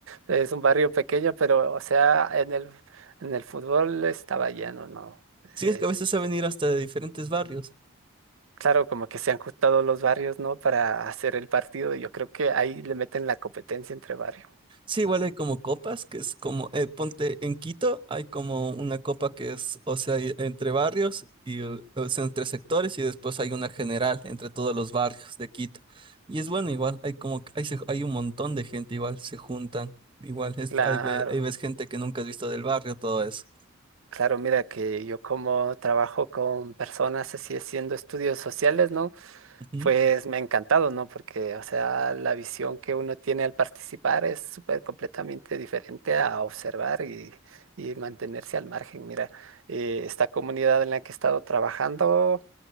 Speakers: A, on the right (about 70°); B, on the right (about 25°).
A: Es un barrio pequeño, pero, o sea, en el, en el fútbol estaba lleno, ¿no?
B: Sí,
A: Eh,
B: es que a veces saben ir hasta de diferentes barrios.
A: claro, como que se han juntado los barrios, ¿no? Para hacer el partido. y Yo creo que ahí le meten la competencia entre barrios.
B: Sí, igual hay como copas, que es como, eh, ponte en Quito, hay como una copa que es, o sea, y- entre barrios y eh, o sea, entre sectores y después hay una general entre todos los barrios de Quito. Y es bueno, igual, hay como, hay, se- hay un montón de gente, igual, se juntan, igual, es,
A: Claro,
B: hay, ve- ahí ves gente que nunca has visto del barrio, todo eso.
A: claro, mira que yo como trabajo con personas así haciendo estudios sociales, ¿no?
B: Ujú.
A: Pues me ha encantado, ¿no? Porque, o sea, la visión que uno tiene al participar es súper completamente diferente a observar y, y mantenerse al margen. Mira, eh, esta comunidad en la que he estado trabajando